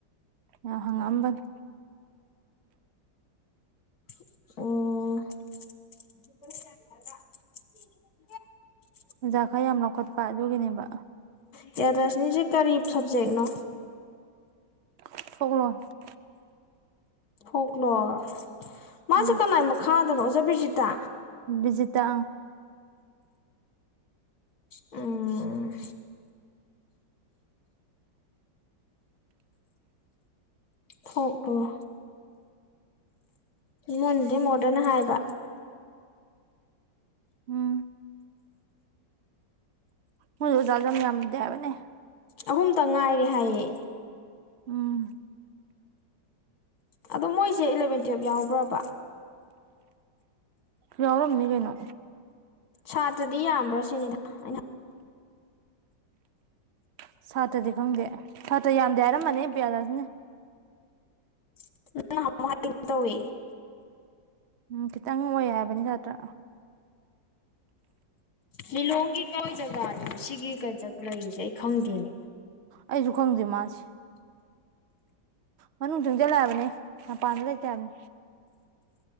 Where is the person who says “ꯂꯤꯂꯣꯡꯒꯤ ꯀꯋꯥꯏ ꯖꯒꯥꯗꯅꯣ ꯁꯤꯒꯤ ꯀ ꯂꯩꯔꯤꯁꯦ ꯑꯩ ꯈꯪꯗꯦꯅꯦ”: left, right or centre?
Left